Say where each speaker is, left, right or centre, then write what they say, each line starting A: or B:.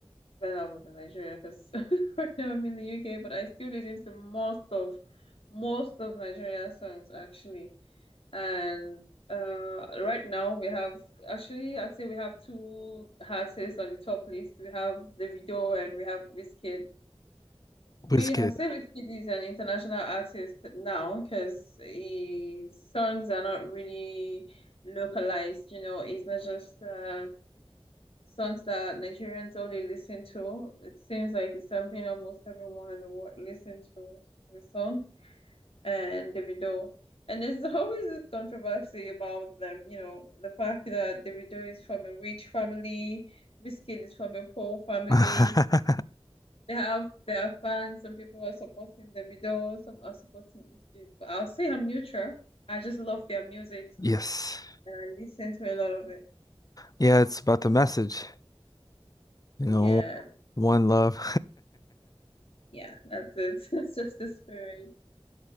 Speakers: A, on the left; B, on the left.
A: when I was in Nigeria, because <laughs> right now I'm in the UK, but I still listen to most of most of Nigeria songs actually. And uh, right now we have actually I'd say we have two artists on the top list. We have Davido and we have Wizkid.
B: WizKid.
A: We Hasib Iskidi is an international artist now because his songs are not really localized, you know, it's not just uh, songs that Nigerians only listen to. It seems like it's something almost everyone in the world listens to the song and Davido. And there's <laughs> always this controversy about them, you know, the fact that Davido is from a rich family, Wizkid is from a poor family.
B: <laughs>
A: They have their fans. Some people are supporting the video. Some are supporting this kid. But I'll say I'm neutral. I just love their music
B: Yes.
A: and I listen to a lot of it.
B: Yeah, it's about the message, you
A: Yeah,
B: know, one love.
A: yeah, that's it. <laughs> That's just the spirit.